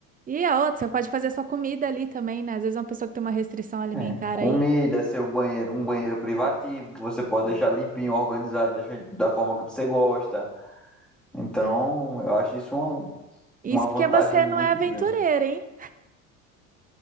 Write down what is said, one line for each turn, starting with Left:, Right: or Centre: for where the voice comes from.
Right: E a outra, você pode fazer a sua comida ali também, né? Às vezes uma pessoa que tem uma restrição alimentar
Centre: é, comida,
Right: aí.
Centre: seu banheiro, um banheiro privativo, que você pode
Right: Sim.
Centre: deixar limpinho, organizado, deixar da forma que você gosta. Então,
Right: Ah,
Centre: eu acho isso uma,
Right: Isso
Centre: uma vantagem
Right: porque você
Centre: muito
Right: não é aventureira,
Centre: grande.
Right: hein?